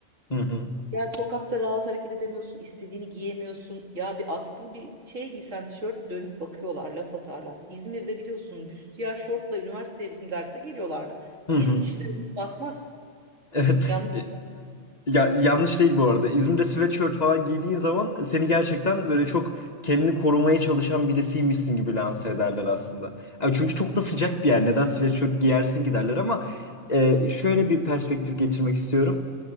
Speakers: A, on the left; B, on the right.
A: Hı hı.
B: Yani sokakta rahat hareket edemiyorsun, istediğini giyemiyorsun. Ya bir askılı bir şey giysen tişört dönüp bakıyorlar, laf atarlar. İzmir'de biliyorsun büstiyer şortla üniversiteye bizim derse geliyorlardı.
A: Hı
B: Bir
A: hı.
B: kişi de dönüp bakmaz.
A: Evet.
B: Yanlış mı?
A: Ya yanlış değil bu arada. İzmir'de sweatshirt falan giydiğin zaman seni gerçekten böyle çok kendini korumaya çalışan birisiymişsin gibi lanse ederler aslında. Yani çünkü çok da sıcak bir yer. Neden sweatshirt giyersin ki derler ama e, şöyle bir perspektif getirmek istiyorum.